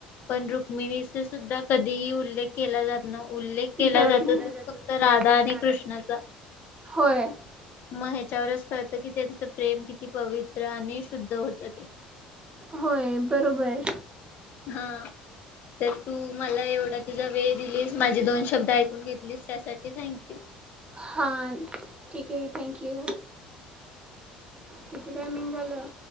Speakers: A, on the left; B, on the right.
A: पण रुक्मिणीचा सुद्धा कधीही उल्लेख केला जात नव उल्लेख केला
B: जात
A: जातो
B: नाही
A: तो फक्त राधा आणि कृष्णाचा
B: होय
A: मग हेच्यावरच कळतं कि त्यांचं प्रेम किती पवित्र आणि शुद्ध होत ते.
B: होय बरोबर
A: हा तर तू मला एवढा तुझा वेळ दिलीस माझे दोन शब्द ऐकून घेतलीस त्यासाठी थँक्यू.
B: हां ठीक ओके थँक्यू. किती टामिंग झालं.